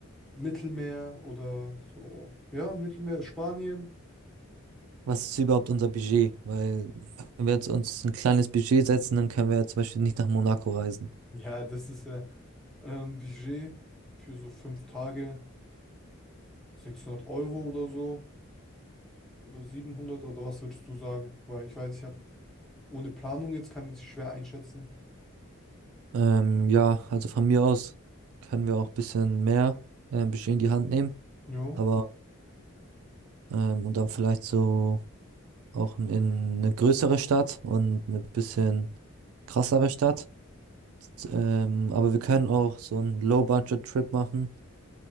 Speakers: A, in the centre; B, on the right (about 80°).
A: Mittelmeer oder so. Ja, Mittelmeer, Spanien.
B: Was ist überhaupt unser Budget? Weil, wenn wir jetzt uns ein kleines Budget setzen, dann können wir ja zum Beispiel nicht nach Monaco reisen.
A: Ja, das ist ja ähm, Budget für so fünf Tage, 600 Euro oder so. Oder 700 oder was würdest du sagen? Weil ich weiß, ich habe ohne Planung jetzt kann ich es schwer einschätzen.
B: Ähm, ja, also von mir aus können wir auch ein bisschen mehr ähm, Budget in die Hand nehmen,
A: Jo.
B: aber ähm, und dann vielleicht so auch in in eine größere Stadt und eine bisschen krassere Stadt. Ähm, aber wir können auch so einen Low-Budget-Trip machen,